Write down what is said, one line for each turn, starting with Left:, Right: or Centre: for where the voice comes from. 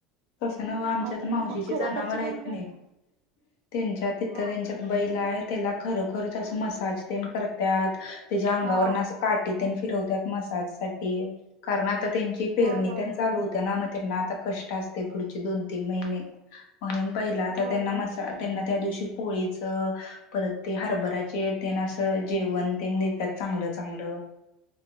Left: तसं नवं आमच्या
Right: आणि
Left: आता मावशीचे
Right: मग खरोखरची
Left: जनावर आहेत
Right: बनवायला
Left: की नाही त्यांच्या तिथं
Right: हा
Left: त्यांच्यात बैल आहेत त्याला खरोखरच असच मसाजतेन करत्यात त्याच्या अंगावरून
Right: हा
Left: असं काठी तेन फिरवतात मसाजसाठी कारण आता त्यांची पेरणीत
Right: होय होय
Left: चालू होत्या ना मग त्यांना आता कष्ट असते पुढचे दोन- तीन महिने म्हणून पहिला आता
Right: होय
Left: त्यांना
Right: होय
Left: मसा- त्यांना त्या दिवशी पोळीचं परत ते हारभर्याचे तेन असं जेवण तेन देत्यात चांगलं -चांगलं <inaudible>